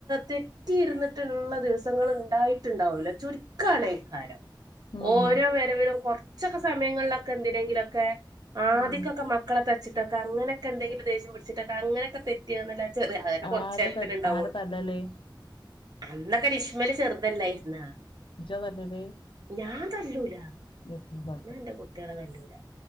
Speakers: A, on the right (about 55°); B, on the left (about 75°).
A: തെ പറ്റിയിരുന്നിട്ടുള്ള ദിവസങ്ങൾ ഉണ്ടായിട്ടുണ്ടാവൂല ചുരുക്കാണൈക്കാരം
B: ഉം
A: ഓരോ വരവിലും കൊറച്ചൊക്കെ സമയങ്ങളിലൊക്കെ എന്തിനെങ്കിലൊക്കെ ആദ്യക്കൊക്കെ
B: ഉം
A: മക്കളെ തച്ചിട്ടക്കെ അങ്ങനൊക്കെന്തെങ്കിലും ദേശം പിടിച്ചിട്ടൊക്കെ അങ്ങനൊക്കെ ന്നല്ല ചെറിയ അതെ കൊറച്ച
B: ആര
A: നേരത്തെക്കെ
B: ത
A: ഉണ്ടാവുള്ളൂ
B: ആര തല്ലല്
A: അന്നൊക്കെ രിഷ്മലചെറുതല്ലയ്‌ര്ന്നോ
B: ഇജ്ജാ തല്ലല്
A: ഞാൻതല്ലൂല
B: <unintelligible>
A: ഇല്ലകുട്ട്യളെ കണ്ടില്ല